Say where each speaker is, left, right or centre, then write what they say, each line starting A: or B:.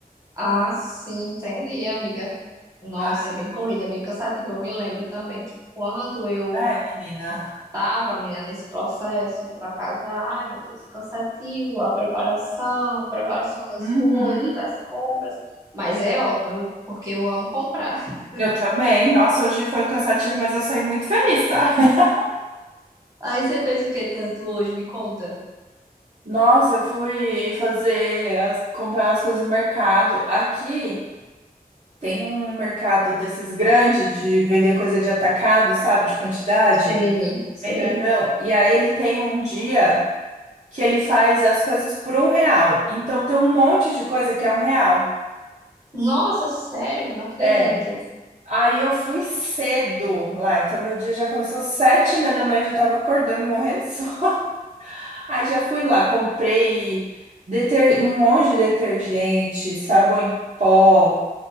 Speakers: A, on the right; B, on the right.
A: Ah, sim, entendi, amiga. Nossa,
B: Aí,
A: é bem corrida, é bem cansativo. Eu me lembro também que quando eu
B: é, menina.
A: tava, menina, nesse processo para casar, ai, meu Deus, cansativo, a preparação, preparação das
B: Uhum.
A: coisas, das compras. Mas é ótimo, eu- porque eu amo comprar. <laughs>
B: Eu também. Nossa, hoje foi cansativo, mas eu saí muito feliz, tá? <laughs>
A: Aí você fez o que tanto hoje? Me conta.
B: Nossa, eu fui fazer as- comprar as coisas no mercado. Aqui tem um mercado desses grandes de vender coisa de atacado, sabe, de quantidade.
A: Sei, sei.
B: bem grandão. E aí ele tem um dia que ele faz as coisas por um real. Então tem um monte de coisa que é um real.
A: Nossa, sério, menina, não acredito.
B: É. Aí eu fui cedo lá, então meu dia já começou às sete e meia da manhã, eu já tava acordando, morrendo de sono. <laughs> Aí já fui lá, comprei deter- um monte de detergente, sabão em pó,